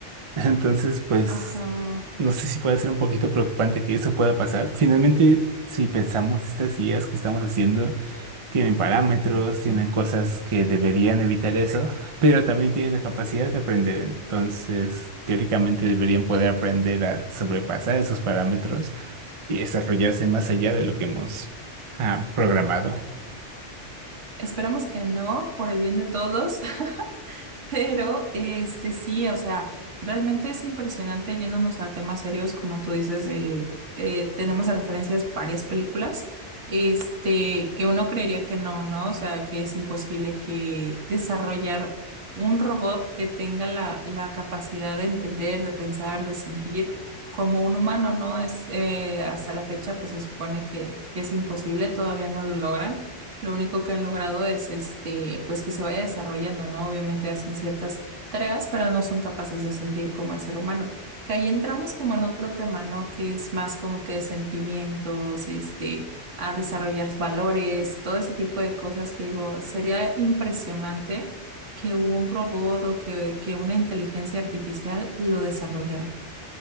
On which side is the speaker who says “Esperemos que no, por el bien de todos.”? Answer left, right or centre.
Right